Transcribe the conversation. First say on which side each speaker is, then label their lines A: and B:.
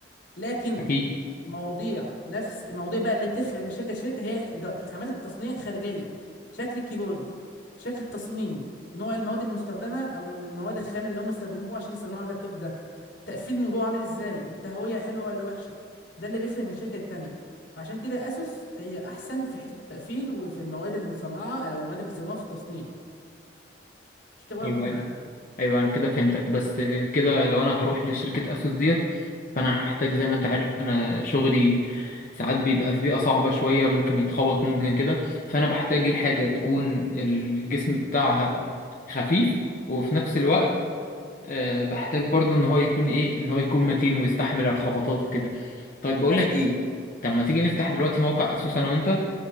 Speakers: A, on the left (about 80°); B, on the left (about 45°).
A: لكن
B: اكيد
A: مواضيع نفس المواضيع بقى اللي بتفرق من شركة لشركة هي جا- خامات التصنيع الخارجية شكل الكيبورد شكل التصميم نوع المواد المستخدمة أو المواد الخام اللي هم استخدموها عشان يصنعوا اللابتوب ده تقفيل من جوه عامل إزاي التهوية حلوة ولا وحشة ده اللي بيفرق من شركة التانية فعشان كده أسوس هي أحسن في حتة التقفيل وفي المواد اللي متصنعة أو المواد اللي بيستخدموها في التصنيع عشان كده بقولك
B: ايوه
A: روح معاها
B: ايوه ايوه انا كده فهمتك بس كده لو انا هروح لشركه اسوس ديت فانا هحتاج زي ما انت عارف انا شغلي ساعات بيبقى في بيئه صعبه شويه ممكن يتخبط ممكن كده فانا بحتاج الحاجه
A: مم.
B: تكون الجسم بتاعها خفيف وفي نفس الوقت آه، بحتاج برضو ان هو يكون ايه ان هو يكون متين ويستحمل الخبطات وكده طيب بقول
A: أسوس
B: لك ايه طب ما تيجي نفتح دلوقتي
A: مم.
B: موقع اسوس انا وانت